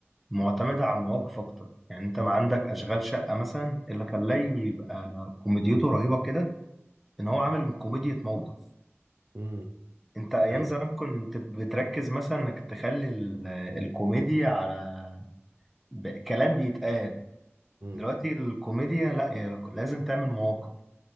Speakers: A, in the centre; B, on the right.
A: معتمدة على المواقف اكتر يعني انت ما عندك اشغال شقة مثلا اللي خلاه يبقى كوميديته رهيبة كده ان هو عامل كوميديا موقف
B: امم
A: انت ايام
B: ايوه
A: زمان كنت بتركز مثلا انك تخلي ال... الكوميديا على ب... كلام بيتقال
B: امم
A: دلوقتي الكوميديا لا هي لازم تعمل مواقف